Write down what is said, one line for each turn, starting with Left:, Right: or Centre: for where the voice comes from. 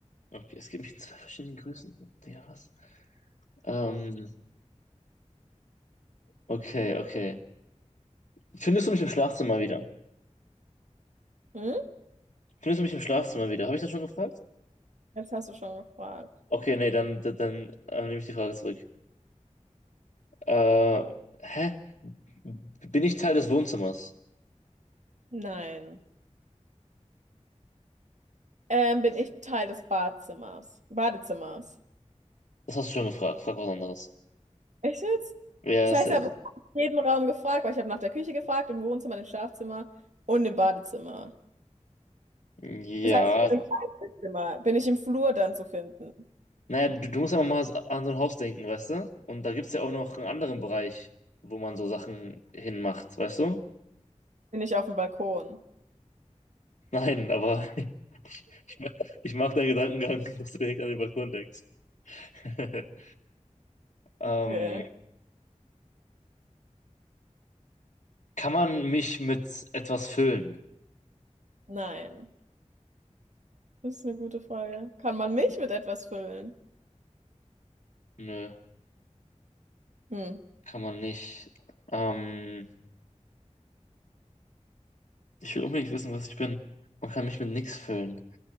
Left: Okay, es gibt mich in zwei verschiedenen Größen. Digga, was? Ähm, okay, okay. Findest du mich im Schlafzimmer wieder?
Right: Hm?
Left: Findest du mich im Schlafzimmer wieder? Habe ich das schon gefragt?
Right: Jetzt hast du schon gefragt.
Left: Okay, nee, dann, dann, dann äh, nehme ich die Frage zurück. Äh, hä? Bin ich Teil des Wohnzimmers?
Right: Nein. Ähm, bin ich Teil des Badezimmers. Badezimmers.
Left: Das hast du schon gefragt. Frag was anderes.
Right: Echt jetzt?
Left: Ja,
Right: Das
Left: safe.
Right: heißt, ich habe jeden Raum gefragt, weil ich habe nach der Küche gefragt, im Wohnzimmer, im Schlafzimmer und im Badezimmer.
Left: Ja,
Right: Das heißt, ich bin im Kinderzimmer. Bin ich im Flur dann zu finden?
Left: Naja, du, du musst aber mal an so ein Haus denken, weißt du? Und da gibt es ja auch noch einen anderen Bereich, wo man so Sachen hinmacht, weißt du?
Right: Bin ich auf dem Balkon?
Left: Nein, aber <laughs> ich, ma- ich mag deinen Gedankengang, <laughs> dass du direkt an den Balkon denkst. <laughs> Ähm,
Right: Okay.
Left: kann man mich mit etwas füllen?
Right: Nein. Das ist eine gute Frage. Kann man mich mit etwas füllen?
Left: Nö,
Right: Hm.
Left: kann man nicht. Ähm, ich will unbedingt wissen, was ich bin. Man kann mich mit nichts füllen.